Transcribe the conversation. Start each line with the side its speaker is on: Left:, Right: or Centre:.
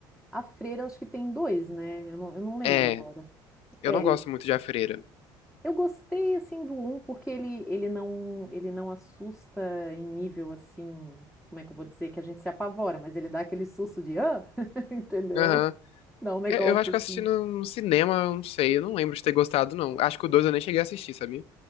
Centre: a Freira, eu acho que tem dois, né? Eu não, eu não lembro
Left: É,
Centre: agora. É,
Left: eu não gosto
Centre: eu,
Left: muito de A Freira.
Centre: eu gostei, assim, do um, porque ele, ele não, ele não assusta em nível, assim, como é que eu vou dizer, que a gente se apavora, mas ele dá aquele susto de, ah, <laughs> entendeu?
Left: Aham.
Centre: Dá um negócio
Left: É, Eu acho que
Centre: assim.
Left: eu assisti no no cinema, eu não sei, eu não lembro de ter gostado, não. Acho que o 2 eu nem cheguei a assistir, sabia?